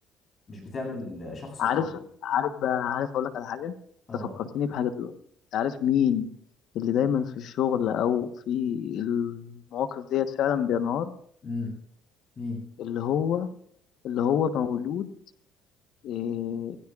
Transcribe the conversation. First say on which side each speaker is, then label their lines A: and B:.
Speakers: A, on the left (about 30°); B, on the left (about 60°).
A: مش بتعمل شخص
B: عارف
A: قوي
B: عارف بقى عارف اقول لك على حاجه
A: اه
B: انت فكرتني بحاجه دلوقتي انت عارف مين اللي دايما في الشغل او في المواقف ديت فعلا بينهار
A: امم مين
B: اللي هو اللي هو مولود إيه